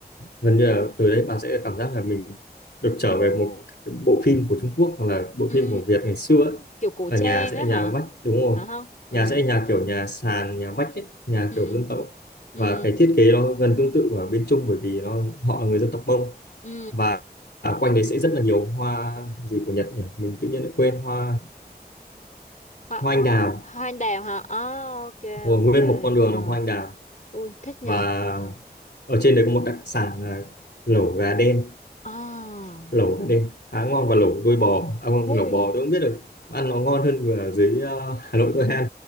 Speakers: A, on the left (about 75°); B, on the left (about 50°).
A: gần như là từ đấy bà sẽ cảm giác là mình được trở về một cái bộ phim của Trung Quốc hoặc là bộ
B: ừ,
A: phim của Việt ngày xưa ấy.
B: kiểu cổ
A: là
B: trang
A: nhà sẽ
B: á
A: là nhà
B: hả?
A: vách đúng rồi
B: Phải không?
A: nhà
B: Ừ,
A: sẽ là nhà kiểu nhà sàn nhà vách ấy, nhà
B: ừ,
A: kiểu dân tộc ấy.
B: ừ,
A: và cái thiết kế nó gần tương tự ở bên Trung bởi vì nó họ là người dân tộc Mông
B: ừ.
A: và ở quanh đấy sẽ rất là nhiều hoa gì của Nhật nhỉ mình tự nhiên lại quên hoa
B: Hoa,
A: hoa
B: ờ,
A: anh
B: ho-
A: đào
B: hoa anh đào hả? Ờ, ok,
A: rồi
B: ok.
A: nguyên một con đường
B: Ờ,
A: là hoa anh đào
B: Ui, thích
A: và
B: nhờ. Ừ.
A: ở trên đấy có một đặc sản là lẩu gà đen
B: À,
A: lẩu
B: ồ.
A: gà đen khá ngon và lẩu đuôi bò à, không,
B: ui,
A: lẩu bò tôi không biết được mà ăn nó ngon hơn ở dưới ờ, Hà Nội tôi ăn